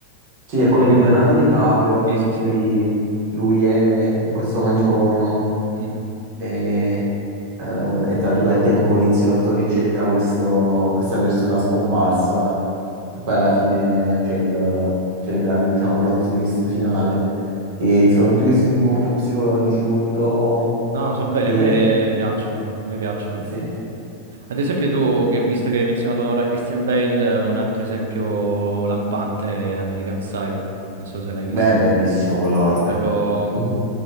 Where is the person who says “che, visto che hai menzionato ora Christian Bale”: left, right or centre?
Right